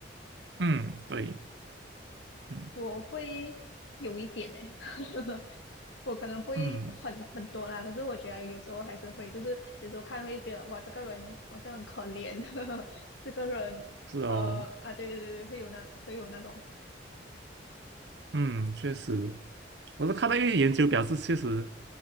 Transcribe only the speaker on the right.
嗯，对，嗯
嗯，
是哦，
嗯，确实，我是看到一些研究表示，确实